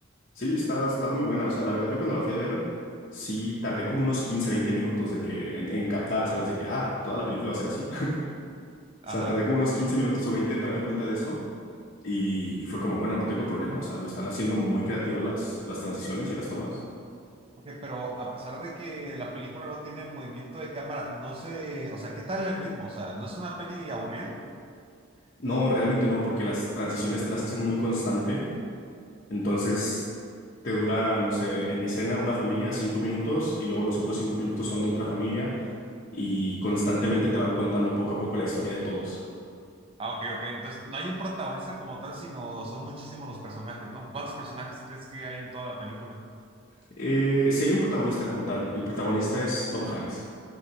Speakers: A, on the left; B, on the right.
A: Sí, está, está muy buena. O sea, la verdad, yo cuando la fui a ver, sí, tardé como unos 15, 20 minutos de que, en, en captar, ¿sabes? De que, ah, toda la película va a ser así. <laughs>
B: Ajá.
A: O sea, tardé como unos 15 minutos o 20 en darme cuenta de eso. Y, y fue como, bueno, no tengo problema. O sea, lo están haciendo muy creativo las, las transiciones y las tomas.
B: Ok, pero a pesar de que la película no tiene movimiento de cámara, no sé, o sea, ¿qué tal el ritmo? O sea, ¿no es una peli aburrida?
A: No, realmente no, porque las transiciones te las hacen muy constante. Entonces, te dura, no sé, en escena una familia cinco minutos y luego los otros cinco minutos son de otra familia y constantemente te van contando poco a poco la historia de todos.
B: Ah, ok, ok. Entonces, no hay un protagonista como tal, sino son muchísimos los personajes, ¿no? ¿Cuántos personajes crees que hay en toda la película?
A: Eh, si hay un protagonista como tal, el protagonista es Tom Hanks.